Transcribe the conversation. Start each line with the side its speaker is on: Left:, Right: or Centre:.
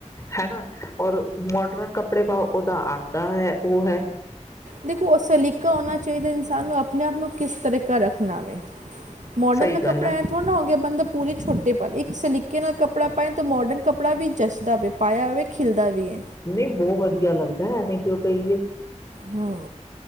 Left: ਹਨਾ, ਔਰ ਮੋਡਰਨ ਕੱਪੜੇ ਪਾਉ, ਉਹਦਾ ਆਪਦਾ ਹੈ ਉਹ ਹੈ
Right: ਦੇਖੋ ਉਹ ਸਲੀਕ ਕਾ ਹੋਣਾ ਚਾਹੀਦਾ ਇਨਸਾਨ ਨੂੰ ਆਪਣੇ ਆਪ ਨੂੰ ਕਿਸ ਤਰੀਕਾ ਰੱਖਣਾ ਵੇ ਮੋਡਰਨ
Left: ਸਹੀ
Right: ਦਾ
Left: ਗੱਲ
Right: ਕਪੜਾ
Left: ਹੈ
Right: ਐ ਥੋੜ੍ਹਾ ਹੋ ਗਿਆ ਬੰਦਾ ਪੂਰੇ ਛੋਟੇ ਪ <unintelligible> ਇੱਕ ਸਿਲ ਕੇ ਨਾਲ ਕੱਪੜਾ ਪਏਣ ਤਾਂ ਮੋਡਨ ਕੱਪੜਾ ਵੀ ਜੱਚਦਾ ਵੀ ਪਾਇਆ ਹੋਵੇ ਖਿਲਦਾ ਵੀ ਹੈ
Left: ਨਹੀਂ ਬਹੁਤ ਵਧੀਆ ਲੱਗਦਾ ਐਵੇਂ ਕਿਉ ਕਹੀਏ
Right: ਹਮ